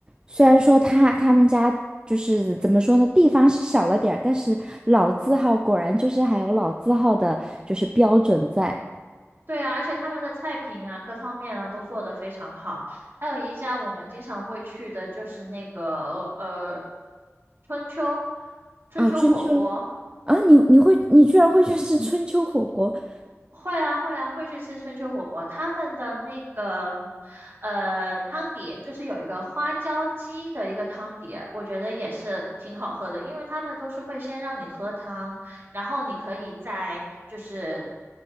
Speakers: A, on the right (about 20°); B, on the right (about 50°).
A: 虽然说他他们家就是怎么说呢，地方是小了点儿，但是老字号果然就是还有老字号的，就是标准在。
B: 对啊，而且他们的菜品啊，各方面啊都做得非常好。还有一家我们经常会去的，就是那个呃春秋春秋火锅，
A: 啊，春秋啊，你你会你居然会去吃春秋火锅？<laughs>
B: 会啊，会啊，会去吃春秋火锅。他们的那个，呃，汤底就是有一个花椒鸡的一个汤底，我觉得也是挺好喝的，因为他们都是会先让你喝汤，然后你可以再就是